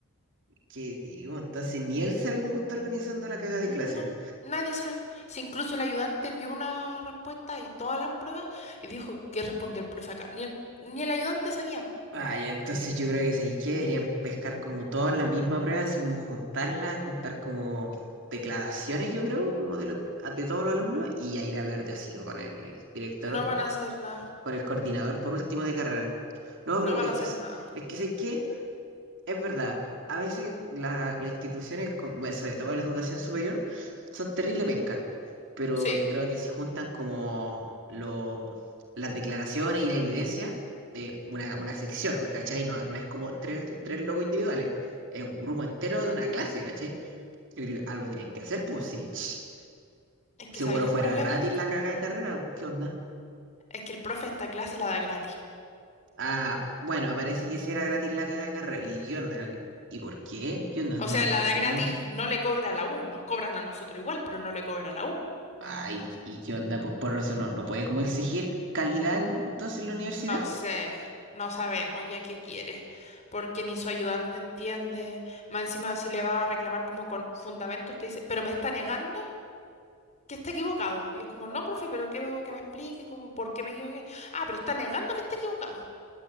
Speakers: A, on the right; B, on the left.
A: ¿Qué digo? Entonces, ni él sabe cómo está organizando la caga de
B: no,
A: clase.
B: nadie sabe. Si incluso el ayudante vio una respuesta y todas las pruebas y dijo, ¿qué respondió el profe acá? Ni el, ni el ayudante sabía.
A: Ay, entonces yo creo que sí, que deberían pescar como todas la misma prueba, así como juntarla, juntar como declaraciones, yo creo, como de, los, de todos los alumnos, y ya ir a hablar de así con el director
B: No van a hacer nada,
A: con el coordinador por último de carrera. No,
B: no
A: pero
B: van
A: es
B: a hacer
A: que, es
B: nada.
A: es que sé que es verdad. A veces la- las instituciones, como, bueno, sobre todo la educación superior, son terrible pencas. Pero
B: Sí,
A: yo creo que si juntan como lo- las declaraciones y la evidencia de una, una sección, ¿cachai? No, no es como tres, tres logos individuales, es un grupo entero de una clase, ¿cachai? Yo creo que algo tienen que hacer, pues si ch,
B: es que
A: seguro
B: sabía el
A: fuera
B: problema,
A: gratis la cagada de carrera, pues, ¿qué onda?
B: es que el profe esta clase la da gratis.
A: Ah, bueno, parece que sí era gratis la caga de carrera. ¿Y qué onda? ¿No? ¿Y por qué? ¿Qué onda?
B: O
A: ¿No,
B: sea,
A: le
B: la
A: no le
B: da
A: tiraron?
B: gratis, no le cobra a la U, nos cobran a nosotros igual, pero no le cobra a la U.
A: Ay, ¿y qué onda? Pues por eso no, no puede como exigir calidad el- entonces la universidad.
B: No sé, no sabemos ya qué quiere, porque ni su ayudante entiende. Más encima, si le va a reclamar como con fundamentos, te dice, pero me está negando que está equivocado. Y es como, no, profe, pero quiero que me explique como por qué me equivoqué. Ah, pero está negando que está equivocado.